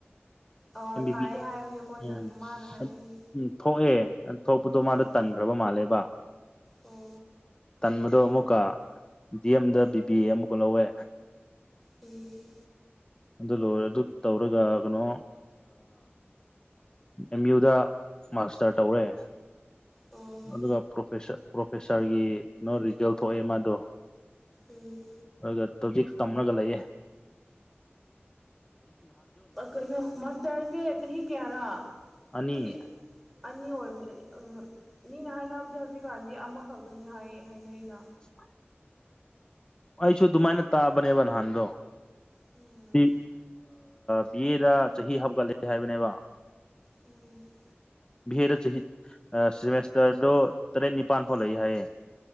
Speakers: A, in the centre; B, on the left.
A: ꯑꯣ
B: ꯑꯦꯝ ꯕꯤ
A: ꯊꯥꯏ
B: ꯕꯤ ꯑꯦꯁ
A: ꯍꯥꯏꯕꯅꯦ ꯃꯣꯏꯅ ꯃꯥꯅ ꯍꯥꯏꯕꯤꯌꯦ
B: ꯎꯝ ꯎꯝ ꯊꯣꯛꯑꯦ ꯊꯣꯛꯄꯗꯣ ꯃꯥꯗ
A: ꯑꯣ
B: ꯇꯟ ꯔꯕ ꯃꯥꯜꯂꯦꯕ
A: ꯑꯣ
B: ꯇꯟꯕꯗꯣ ꯑꯃꯨꯛꯀ ꯗꯤ ꯑꯦꯝꯗ ꯕꯤꯕꯤ ꯑꯃꯨꯛꯀ ꯂꯧꯋꯦ
A: ꯎꯝ
B: ꯑꯗꯨꯗ ꯂꯣꯏꯔꯦ ꯑꯗꯨ ꯇꯧꯔꯒ ꯀꯩꯅꯣ ꯑꯦꯝ ꯌꯨꯗ ꯃꯥꯁꯇꯔ ꯇꯧꯔꯦ
A: ꯑꯣ
B: ꯑꯗꯨꯒ ꯄ꯭ꯔꯣꯐꯦꯁꯥꯔꯒꯤ ꯀꯩꯅꯣ ꯔꯤꯖꯜ ꯊꯣꯛꯑꯦ ꯃꯥꯗꯣ
A: ꯎꯝ
B: ꯑꯗꯨꯒ ꯇꯖꯤꯛ ꯇꯝꯅꯒ ꯂꯩꯌꯦꯦ
A: ꯀꯩꯅꯣ ꯃꯥꯁꯇꯔꯁꯦ ꯆꯍꯤ ꯀꯌꯥꯅꯥ
B: ꯑꯅꯤ
A: ꯁꯤ ꯑꯅꯤ ꯑꯣꯏꯕꯅꯤ ꯃꯤꯅ ꯍꯥꯏꯅꯕꯗꯤ ꯍꯧꯖꯤꯛꯀꯥꯟꯗꯤ ꯑꯃꯈꯛꯇꯅꯤ ꯍꯥꯏ ꯍꯥꯏꯅꯩꯅ
B: ꯎ ꯑꯩꯁꯨ ꯑꯗꯨꯃꯥꯏꯅ ꯇꯥꯕꯅꯦꯕ ꯅꯍꯥꯟꯗꯣ
A: ꯎꯝ
B: ꯁꯤ ꯕꯤ ꯑꯦꯗ ꯆꯍꯤ ꯍꯥꯞꯀꯠꯂꯦ ꯍꯥꯏꯕꯅꯦꯕ
A: ꯎꯝ
B: ꯚꯦꯗ ꯆꯍꯤ ꯁꯦꯃꯦꯁꯇꯔꯗꯨꯣ ꯇꯔꯦꯠ ꯅꯤꯄꯥꯟ ꯐꯥꯎ ꯂꯩꯏ ꯍꯥꯏꯌꯦ